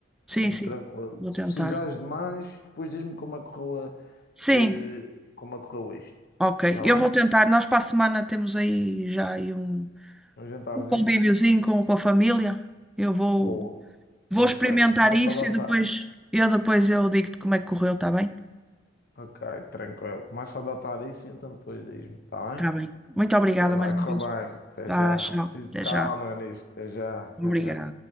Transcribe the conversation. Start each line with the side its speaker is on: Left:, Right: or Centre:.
Centre: Sim,
Left: Hum,
Centre: sim.
Left: Tranquilo.
Centre: Vou
Left: Se
Centre: tentar.
Left: precisares de mais, depois diz-me como é que correu, a,
Centre: Sim,
Left: eh, como é que correu isto.
Centre: ok.
Left: Está
Centre: Eu
Left: bem?
Centre: vou tentar. Nós para a semana temos aí já aí um,
Left: Um jantarzinho.
Centre: um convíviozinho com, com a família. Eu vou,
Left: Boa,
Centre: vou
Left: perfeito.
Centre: experimentar
Left: Começa
Centre: isso
Left: a datar.
Centre: e depois eu depois eu digo-te como é que correu, está bem?
Left: Ok, tranquilo. Começa a datar isso e então depois diz-me, tá
Centre: Está bem. Muito obrigada
Left: bem? Vai
Centre: mais uma
Left: correr
Centre: vez.
Left: bem. Até
Centre: Tá,
Left: já.
Centre: tchau.
Left: Preciso
Centre: Até
Left: de calma
Centre: já.
Left: nisso. Até já, até
Centre: Obrigada.
Left: já.